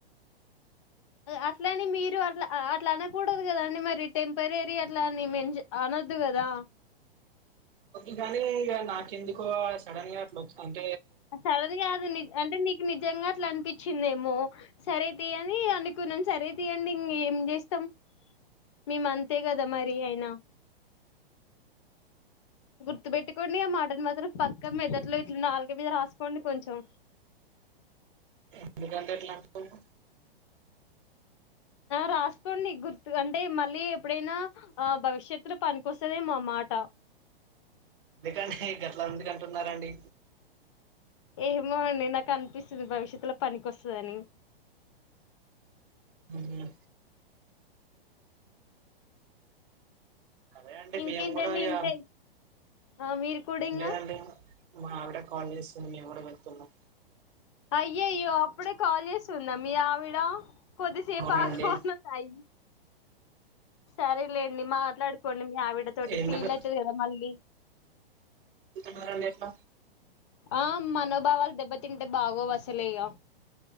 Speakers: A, on the left (about 30°); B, on the right (about 60°).
A: అట్ల అని మీరు అట్లా అట్లా అనకూడదు కదా అండి. మరి టెంపరరీ అట్లా అని మేం అనొద్దు కదా.
B: ఓకే గాని ఇక నాకెందుకో సడన్ గా అన్పిస్తాంది.
A: సరది కాదు నిజ అంటే నీకు నిజంగా అట్లా అనిపించింది మో సరే తీయని అనుకున్నాను సరే తీయండి. ఇంకేం ఏం చేస్తాం మేము అంతే కదా. మరి అయినా గుర్తు పెట్టుకోండి. ఆ మాటలు మాత్రం పక్క మెదట్లో ఇట్లా నాలుక మీద రాసుకోండి కొంచెం.
B: ఎందుకండి అట్ల అంటున్నవ్
A: రాసుకోండి గుర్తు అంటే మళ్ళీ ఎప్పుడైనా భవిష్యత్తులో పనికివస్తదేమో ఆ మాట
B: ఎందుకండి గట్లా ఎందుకు అంటున్నారండి.
A: ఏమో అండి నాకు అనిపిస్తది భవిష్యత్లో పనికివస్తదని
B: ఉహు సరే అండి
A: ఇంకేంటండి
B: మేము కూడా ఇగ
A: ఇంకా ఆ మీరు కూడా ఇంగా
B: లేదండి మావిడ కాల్ చేయు డం వెలుతున్నా
A: అయ్య అయ్యో అప్పుడే కాలేజ్ సున్నామి ఆవిడా కొద్దిసేపు
B: అవునండి
A: ఆగవాన్నస్తాయి సరేలేండి మాట్లాడుకోండి. మీ ఆవిడ తోటి
B: ఎందుకు
A: ఫీల్ అయితది కదా మళ్ళీ.
B: మరి అండి ఎట్ల
A: ఆ మనోభావాలు దెబ్బతింటే బాగోవు అసలేఇగ